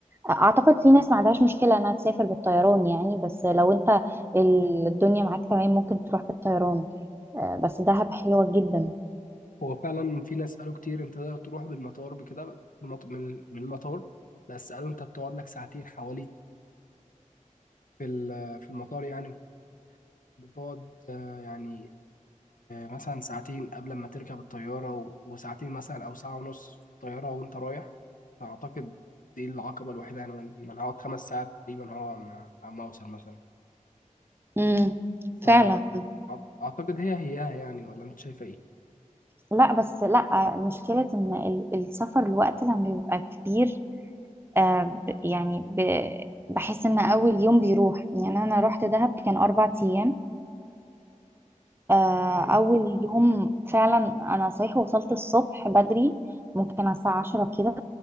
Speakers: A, on the right (about 15°); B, on the left (about 85°).
A: اعتقد في ناس ما عندهاش مشكله انها تسافر بالطيران يعني بس لو انت الدنيا معاك تمام ممكن تروح بالطيران آه، بس دهب حلوه جدا
B: هو فعلا في ناس قالوا كتير انت تقدر تروح بالمطار بكده في المط... من من المطار بس قالوا انت بتقعد لك ساعتين حوالي في ال- في المطار يعني بتقعد آه، يعني آه، مثلا ساعتين قبل ما تركب الطيارة و... وساعتين مثلا او ساعة ونص في الطيارة وانت رايح فاعتقد دي العقبة الوحيدة يعني من... من انا هقعد خمس ساعات تقريبا هو عم... عم اوصل مثلا
A: امم
B: فاعتقد
A: فعلا
B: هي هيها يعني ولا انت شايفة ايه؟
A: لا بس لا مشكلة ان ال- السفر الوقت لما بيبقى كبير آه، ب- يعني ب- بحس ان اول يوم بيروح يعني انا رحت دهب كان اربع ايام آه،
B: تمام.
A: أول يوم فعلا أنا صحيح وصلت الصبح بدري ممكن على الساعة عشرة كده